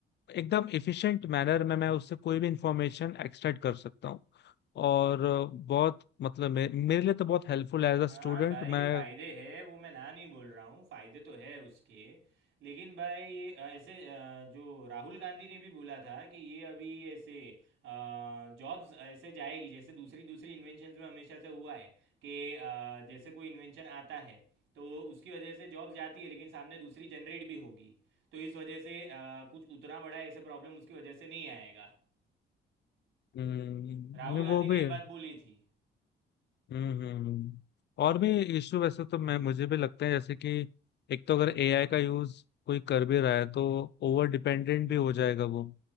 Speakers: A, on the left; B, on the right.
A: एकदम एफिशिएंट मैनर में मैं उससे कोई भी इंफॉर्मेशन एक्सट्रैक्ट कर सकता हूँ और अ, बहुत मतलब मे, मेरे लिए तो बहुत हेल्पफुल है एज अ
B: हाँ
A: स्टूडेंट
B: भाई
A: मैं
B: फायदे है वो मैं ना नहीं बोल रहा हूँ फायदे तो है उसके लेकिन भाई अ, ऐसे अ, जो राहुल गांधी ने भी बोला था कि ये अभी ऐसे जॉब्स ऐसे जाएगी जैसे दूसरी दूसरी इन्वेंशंस में हमेशा से हुआ है कि अ, जैसे कोई इन्वेंशन आता है तो उसकी वजह से जॉब जाती है लेकिन सामने दूसरी जनरेट भी होगी तो इस वजह से अ, कुछ उतना बड़ा ऐसे प्रॉब्लम उसकी वजह से नहीं आएगा
A: हम्म,
B: राहुल गांधी
A: वो
B: ने
A: भी
B: ये
A: है।
B: बात बोली थी
A: हम्म हम्म, हम्म। और भी इशू वैसे तो मैं मुझे भी लगता है जैसे कि एक तो अगर एआई का यूज कोई कर भी रहा है तो ओवर डिपेंडेंट भी हो जाएगा वो